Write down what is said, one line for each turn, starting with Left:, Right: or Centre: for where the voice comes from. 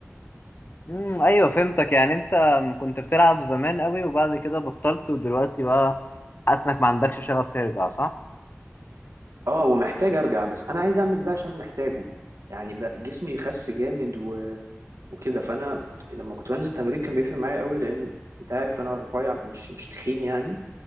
Left: امم ايوه فهمتك يعني انت كنت بتلعب زمان قوي وبعد كده بطلت ودلوقتي بقى حاسس انك ما عندكش شغف ترجع صح
Right: أه ومحتاج أرجع بس أنا عايز أعمل ده عشان محتاجه يعني بقى جسمي خس جامد و... وكده فأنا لما كنت بنزل تمرين كان بيفرق معايا قوي لأن أنت عارف أنا رفيع مش مش تخين يعني